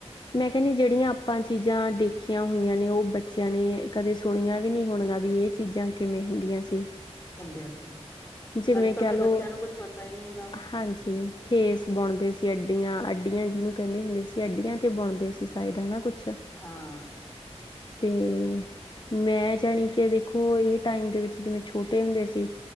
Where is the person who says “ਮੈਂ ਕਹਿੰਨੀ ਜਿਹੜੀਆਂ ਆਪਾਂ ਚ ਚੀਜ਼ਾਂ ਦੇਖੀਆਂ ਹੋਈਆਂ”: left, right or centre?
Left